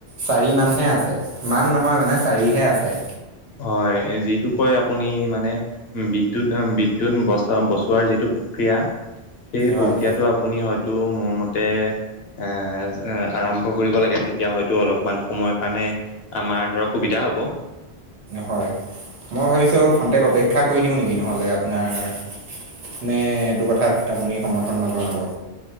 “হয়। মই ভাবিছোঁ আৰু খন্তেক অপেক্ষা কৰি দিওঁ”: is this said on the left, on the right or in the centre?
Right